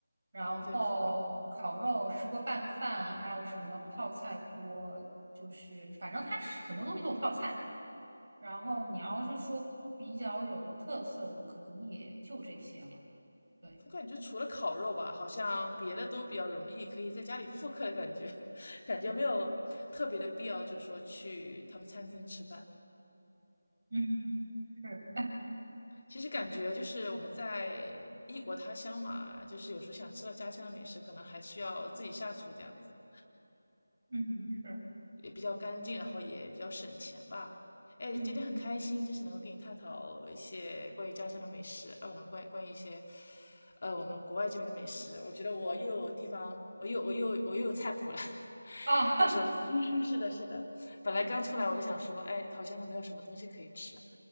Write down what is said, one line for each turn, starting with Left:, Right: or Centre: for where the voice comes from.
Right: 然后烤肉、
Left: 哦，对，烤肉，
Right: 石锅拌饭，还有什么泡菜锅，就是反正它是很多东西都有泡菜。然后你要是说比较有特色的，可能也就这些了。对，
Left: 我感觉除了烤肉吧，好像别的都比较容易，可以在家里复刻的感觉，<laughs> 感觉没有特别的必要，就是说去他们餐厅吃饭。
Right: 嗯是，
Left: 其实感觉就是我们在异国他乡嘛，就是有时候想吃到家乡的美食，可能还需要自己下厨这样子。
Right: 嗯是，
Left: 也比较干净，然后也比较省钱吧。哎，
Right: 嗯，
Left: 今天很开心，就是能够跟你探讨一些关于家乡的美食，啊，不能关关于一些，呃，我们国外这边的美食。我觉得我又有地方，我又我又我又有菜谱了。<laughs>
Right: 哦，
Left: 到时候 <laughs> 是的，是的。本来刚出来我就想说，哎，好像都没有什么东西可以吃。